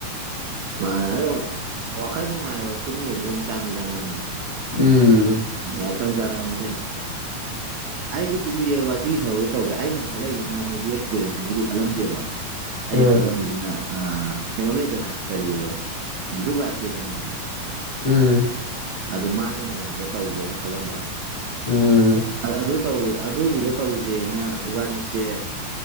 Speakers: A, on the right; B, on the left.
A: ꯍꯣꯏ ꯑꯗꯣ ꯋꯥꯈꯜ ꯅꯨꯡꯉꯥꯏꯕ ꯄꯨꯟꯒꯤ ꯍꯧꯖꯤꯛ ꯑꯗꯨꯝ ꯆꯥꯟꯅ ꯆꯥꯟꯅꯕꯅꯦ
B: ꯎꯝ
A: ꯃꯀꯟ ꯆꯂ ꯑꯃ ꯑꯩꯁꯨ ꯀꯨꯏꯔꯦꯕ ꯁꯤꯒꯤ ꯊꯕꯛꯁꯦ ꯇꯧꯒꯦ ꯑꯩꯅ ꯑꯃꯨꯛꯜꯂꯛꯁꯤꯅꯨꯛ ꯑꯦꯛꯁꯄꯤꯔꯦꯟꯁꯒꯤꯗꯤ ꯈꯜꯂꯝꯗꯦꯕ ꯑꯩ
B: ꯎꯝ
A: ꯀꯂꯣ ꯑꯗꯨꯅ ꯀꯩꯅꯣ ꯂꯩꯗꯅ ꯀꯟꯊ꯭ꯔꯨꯒ꯭ꯔꯥꯊꯤ ꯈꯪꯅꯤꯗꯅ
B: ꯎꯝ
A: ꯑꯗꯨ ꯃꯥꯒꯤ ꯃꯑꯣꯡꯗ ꯇꯧꯒꯦꯅ ꯈꯜꯂꯝꯕ
B: ꯎꯝ
A: ꯑꯗ ꯑꯗꯨ ꯑꯗꯨꯒꯤꯗꯣ ꯇꯧꯖꯦꯅ ꯏꯕꯥꯅꯤꯁꯦ